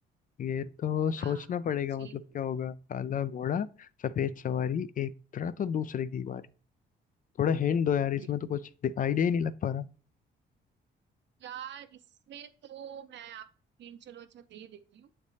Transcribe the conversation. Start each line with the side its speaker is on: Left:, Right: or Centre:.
Left: ये तो सोचना
Right: हाँ, हाँ,
Left: पड़ेगा
Right: जी,
Left: मतलब क्या होगा काला घोड़ा सफेद सवारी एक उतरा तो दूसरे की बारी थोड़ा हिंट दो यार इसमें
Right: जी।
Left: तो कुछ आइडिया ही नहीं लग पा रहा
Right: यार इसमें तो मैं आपको हिंट चलो अच्छा दे देती हूँ